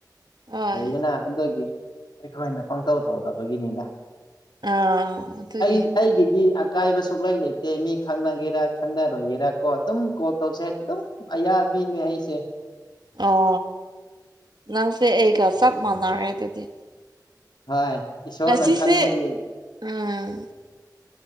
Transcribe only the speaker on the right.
ꯍꯣꯏ
ꯑꯥ ꯑꯗꯨꯒꯤ
ꯑꯣ ꯅꯪꯁꯦ ꯑꯩꯒ ꯆꯞ ꯃꯥꯟꯅꯔꯦ ꯑꯗꯨꯗꯤ
ꯉꯁꯤꯁꯦ
ꯎꯝ